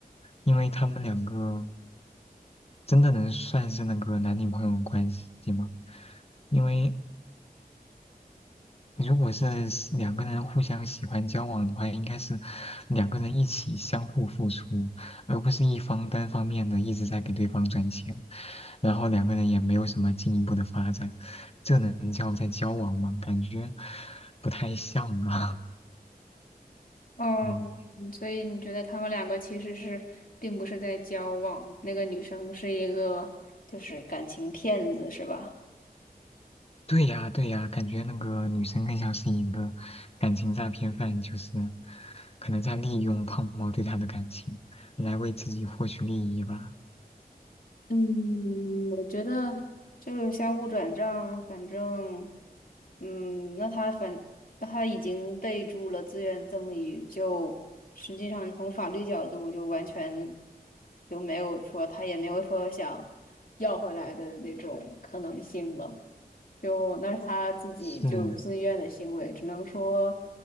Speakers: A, on the left; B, on the left.
A: 因为他们两个真的能算是那个男女朋友关系吗？因为如果是喜两个人互相喜欢交往的话，应该是两个人一起相互付出，而不是一方单方面的一直在给对方赚钱，然后两个人也没有什么进一步的发展，这能叫在交往吗？感觉不太像啊。<laughs>
B: 哦，
A: 嗯，
B: 嗯所以你觉得他们两个其实是并不是在交往，那个女生是一个就是感情骗子，是吧？
A: 对呀，对呀，感觉那个女生更像是一个感情诈骗犯，就是可能在利用胖猫对她的感情来为自己获取利益吧。
B: 嗯，我觉得就是相互转账，反正，嗯，那他反那他已经备注了自愿赠与，就实际上从法律角度就完全就没有说他也没有说想要回来的那种可能性了。就那是他自己就自愿的行为，
A: 是，
B: 只能说